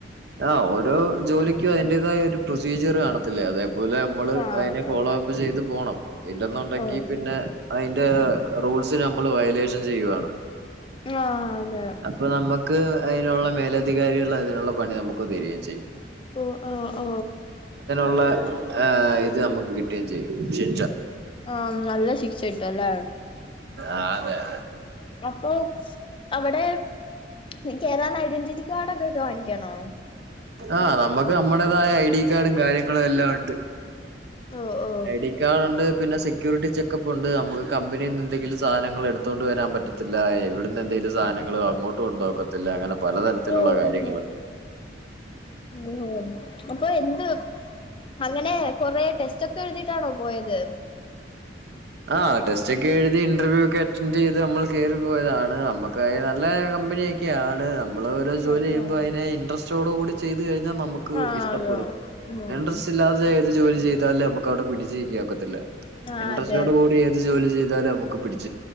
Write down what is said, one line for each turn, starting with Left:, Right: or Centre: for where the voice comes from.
Right: അ ഓരോ ജോലിക്കും അതിന്റേതായ ഒരു പ്രൊസീജിയർ കാണത്തില്ലേ അതായ പോലെ നമ്മള്
Left: ആഹ്
Right: അതിനെ ഫോളോ
Left: അതെ
Right: അപ്പ് ചെയ്ത് പോണം ഇല്ലെന്നുണ്ടെങ്കി
Left: ഓ
Right: പിന്നെ
Left: ഉം
Right: അയിന്റെ റൂ റൂൾസ്ന് നമ്മൾ വയലേഷൻ ചെയ്യുവാണ്
Left: ആഹ അതെ
Right: അപ്പൊ നമുക്ക് അതിനുള്ള മേലധികാരികൾ അതിനുള്ള പണി നമുക്ക് തരികയും ചെയ്യും
Left: ഓ ആ ആ
Right: ള്ള ഇത് നമുക്ക് കിട്ടുകയും ചെയ്യും പക്ഷെ
Left: ആ നല്ല ശിക്ഷ കിട്ടുല്ലേ
Right: ആഹ് അതെ അതെ
Left: അപ്പൊ അവിടെ എനിക്ക് ഏതാണ് ഐഡന്റിറ്റി കാർഡ് ഒക്കെ കാണിക്കണോ
Right: ആഹ് നമുക്ക് നമ്മുടേതായ ഐ ഡി കാർഡും കാര്യങ്ങളും എല്ലാം ഉണ്ട്
Left: ഓ ഓ
Right: ഐ ഡി കാർഡ് ഉണ്ട് പിന്നെ സെക്യൂരിറ്റി ചെക്കപ്പ് ഉണ്ട് നമുക്ക് കമ്പനിയിൽ നിന്ന് എന്തെങ്കിലും സാധനങ്ങൾ എടുത്തോ കൊണ്ട് വരാൻ പറ്റത്തില്ല ഇവിടന്ന് എന്തെങ്കിലും സധനങ്ങള് അങ്ങോട്ട് കൊണ്ടുപോക്കത്തില്ല അങ്ങനെ പലതരത്തിലുള്ള
Left: ഓ
Right: കാര്യങ്ങളുണ്ട്
Left: ഉം ഉം മ് അപ്പൊ എന്ത് അങ്ങനെ കൊറെ ടെസ്റ്റൊക്കെ എഴുതിട്ടാണോ പോയത്
Right: ആ ടെസ്റ്റ് ഒക്കെ എഴുതി ഇന്റർവ്യൂ ഒക്കെ അറ്റൻഡ് ചെയ്ത് നമ്മൾ കേറിപ്പോയതാണ് നമ്മക്ക് നല്ല കമ്പ നീയൊക്കെയാണ് നമ്മ മ്മള് ഓരോ ജോലി
Left: ഉം
Right: ചെയ്യുമ്പോ
Left: ഉം
Right: അതിനെ ഇന്ട്രെസ്റ്റ് ഓട് കൂടി ചെയ്തു കഴിഞ്ഞാൽ നമുക്ക്
Left: ആഹ്
Right: ഇഷ്ടപ്പെടും
Left: ഉം
Right: ഇൻട്രസ്റ്റ് ഇല്ലാതെ ഏത് ജോലി ചെയ്താലും നമുക്ക് അവിടെ പിടിച്ച് നിക്കാനോക്കത്തില്ല
Left: ആഅതെ
Right: അതിനോട് കൂടി ഏന്ത് ജോലി ചെയ്താലും അമ്മുക്ക് പിടി